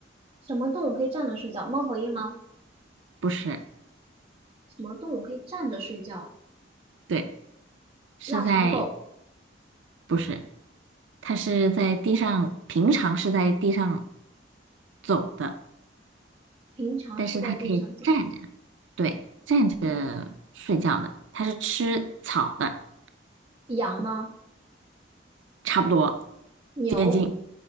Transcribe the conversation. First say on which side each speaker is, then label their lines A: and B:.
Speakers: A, on the right; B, on the right.
A: 什么动物可以站着睡觉？猫头鹰吗？
B: 不是，
A: 什么动物可以站着睡觉？
B: 对，是在，
A: 腊肠狗
B: 不是。它是在地上，平常是在地上走的，
A: 平常是在地上走。
B: 但是它可以站着，对，站着睡觉的。它是吃草的，
A: 羊吗？
B: 差不多，
A: 牛？
B: 接近，